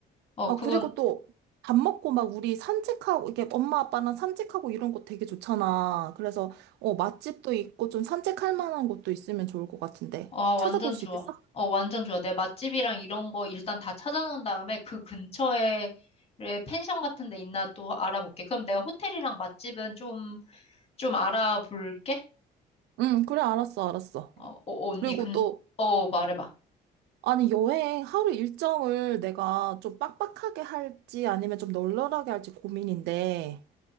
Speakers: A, on the left (about 35°); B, on the right (about 80°).
A: 어,
B: 아,
A: 그건,
B: 그리고 또 밥 먹고 막 우리 산책하고, 이게 엄마 아빠랑 산책하고 이런 거 되게 좋잖아. 그래서, 어, 맛집도 있고 좀 산책할 만한 곳도 있으면 좋을 것 같은데.
A: 아, 완전
B: 찾아볼 수
A: 좋아.
B: 있겠어?
A: 어, 완전 좋아. 내 맛집이랑 이런 거 일단 다 찾아놓은 다음에 그 근처에 펜션 같은 데 있나 또 알아볼게. 그럼 내가 호텔이랑 맛집은 좀, 좀 알아볼게.
B: 응, 그래, 알았어, 알았어.
A: 어, 어, 언니,
B: 그리고
A: 근,
B: 또,
A: 어, 말해봐.
B: 아니, 여행 하루 일정을 내가 좀 빡빡하게 할지 아니면 좀 널널하게 할지 고민인데,